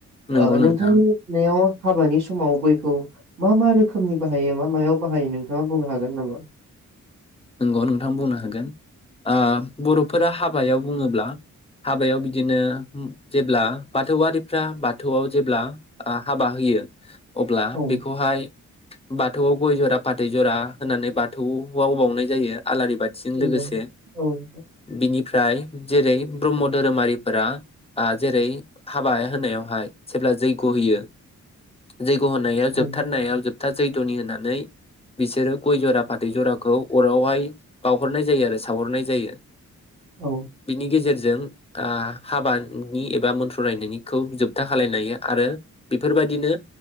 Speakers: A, on the left; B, on the right.
A: नंगौ
B: ओ नोंथांनि
A: नोंथां
B: मिथिनायाव हाबानि समाव गयखौ मा मा रोखोमनि बाहायो मा मायाव बाहायो नोंथाङा बुंनो हागोन नामा?
A: नोंगौ नोंथां बुंनो हागोन ओ बर'फोरा हाबायाव बुङोब्ला हाबायाव बिदिनो उम जेब्ला बाथौआरिफ्रा बाथौआव जेब्ला ओ हाबा होयो अब्ला
B: औ
A: बेखौहाय बाथौआव गय ज'रा फाथै ज'रा होननानै बाथौआव बावनाय जायो। आलारि बाथिजों
B: नंगौ
A: लोगोसे
B: औ नोंथां
A: बिनि फ्राय जेरै ब्रह्म धोरोमारिफोरा ओ जेरै हाबा होनायावहाय जेब्ला जैग्य होयो जैग' होनाया
B: औ
A: जोबथारनायाव जोब था जैध'नि होनानै बिसोरो गय जरा फाथै जराखौ अरावहाय बावहरनाय जायो आरो सावहरनाय जायो।
B: औ
A: बिनि गेजेर जों ओ हाबानि एबा मन्थ्र रायनायनिखौ जोबथा खालायनो हायो आरो बेफोरबादिनो